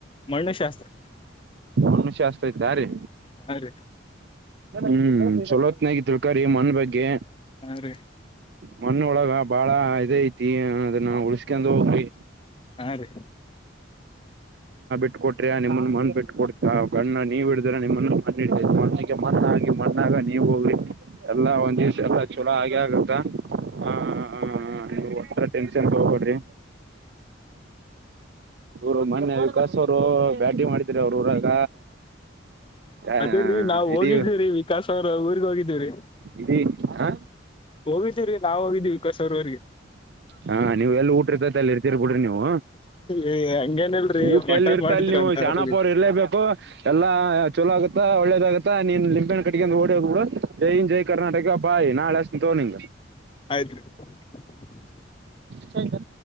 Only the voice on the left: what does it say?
ಮಣ್ಣುಶಾಸ್ತ್ರ
ಹಾ ರೀ
ಹಾ ರೀ
ಹಾ ರೀ
ಟ್ <inaudible>
ಅದೇ್ರೀ ನಾವ್ ಹೋಗಿದ್ದೀವಿ್ರೀ
ವಿಕಾಸ್ ಅವ್ರ ಊರ್ಗ್ ಹೋಗಿದ್ದೀವ್ರಿ
ಹೋಗಿದೀವ್ರೀ ನಾವ್ ಹೋಗಿದ್ದೀವಿ ವಿಕಾಸ್ ಅವ್ರವ್ರಿಗೆ
ಏ, ಹಂಗೇನಿಲ್ರಿ
ಮಟನ್
ಮಾಡಿದ್ರು
ಅಂತ
ಹೋಗಿದ್ವಿ
ಆಯ್ತ್ರಿರಿ <unintelligible>